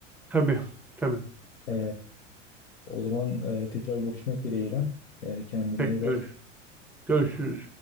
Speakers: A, in the centre; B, on the left.
A: Tabii, tabii.
B: E, o zaman e, tekrar görüşmek dileğiyle. E, kendine
A: Tek
B: iyi bak.
A: görüş. Görüşürüz.